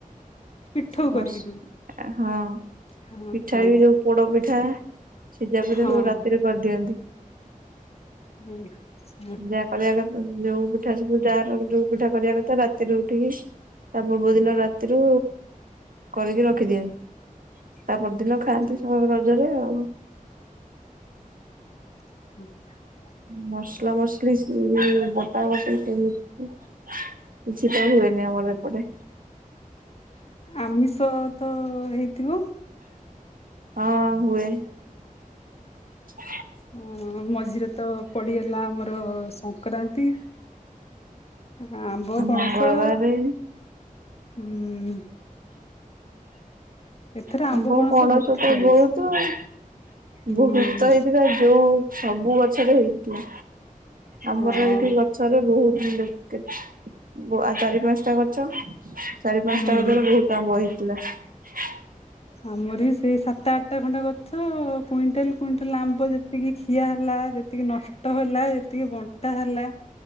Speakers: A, on the left; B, on the right.
A: ପିଠଉ
B: ହସ଼୍
A: କରିକି ଯୋଉ
B: ହଁ
A: ହଁ
B: ପିଠା
A: ହଁ
B: ବି ଯୋଉ ପୋଡ ପିଠା ସିଜା ପିଠା
A: ହଁ।
B: ସବୁ ରାତିରେ କରିଦିଅନ୍ତି।
A: ହୁଁ ହ।
B: ଯାହା କରିବା କଥା ଯୋଉ ପିଠା ସବୁ ଯାଆର ଯଉଁ ପିଠା କରିବା କଥା ରାତିରେ ଉଠିକି ତା ପୂର୍ବ ଦିନ ରାତିରୁ, କରିକି ରଖିଦିଅନ୍। ତା' ପରଦିନ
A: ଆଚ୍ଛା
B: ଖାଆନ୍ତି, ସବ ରଜରେ ଆଉ।
A: <inaudible>
B: ମସଲା ମସଲି ସି-ଇ, ବଟା ବଟି କେମିତି? କିଛିତ ହୁଏନି ଆମର ଏପଟେ।
A: ଆମିଷ ତ-ଅ ହେଇଥିବ?
B: ହଁ, ହୁଏ। ହ
A: ହଁ ମଝିରେ ତ ପଡିଗଲା, ଆମର ସଂକ୍ରାନ୍ତି। ଆମ୍ବ, ପଣସ-ଅ
B: ମଙ୍ଗଳବାରେ
A: ହୁଁ। ଏଥର
B: ଆମ୍ବ ପଣସ
A: ବହୁତ
B: ତ
A: ଖିଆ ହେଇଛି।
B: ବହୁତୁ ଆଉ।
A: ହୁଁ
B: ବହୁତ ହେଇଥିଲା ଯୋଉ ସବୁ ଗଛରେ ହେଇଥିଲା। ଆମର
A: ହଁ
B: ଏଇଠି ଗ ଗଛରେ ବହୁତ <unintelligible> ଚାରି ପାଞ୍ଚଟା ଗଛ, ଚାରି ପାଞ୍ଚଟା
A: ହୁଁ।
B: ବହୁତ ଆମ୍ବ ହେଇଥିଲା। ଁ
A: ଆମର ବି ସେଇ ସାତ ଆଠଟା ଖଣ୍ଡେ ଗଛ-ଅ କୁଇଣ୍ଟାଲ୍ କୁଇଣ୍ଟାଲ୍ ଆମ୍ବ ଯେତିକି ଖିଆ ହେଲା, ଯେ ତିକି ନଷ୍ଟ ହେଲା। ଯେତିକି ବନ୍ ବଣ୍ଟା ହେଲା।